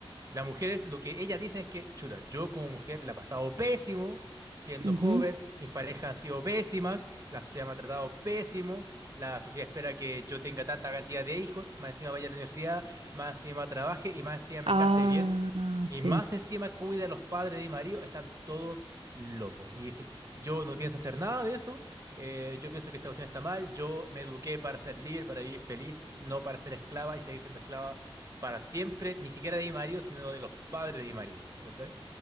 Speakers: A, on the right (about 30°); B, on the right (about 85°).
A: las mujeres, lo que ellas dicen es que, chuta, yo como mujer la he pasado pésimo siendo
B: Ujú.
A: joven, mis parejas han sido pésimas, la sociedad me ha tratado pésimo, la sociedad espera que yo tenga tanta cantidad de hijos, más encima vaya a la universidad, más encima trabaje y más encima me
B: Ah,
A: case bien,
B: sí.
A: y más encima cuida a los padres de mi marido, están todos locos. Y dicen, yo no pienso hacer nada de eso, eh, yo pienso que esta cuestión está mal, yo me eduqué para ser libre, para vivir feliz, no para ser esclava y seguir siendo esclava para siempre, ni siquiera de mi marido, sino de los padres de mi marido. ¿Cachai?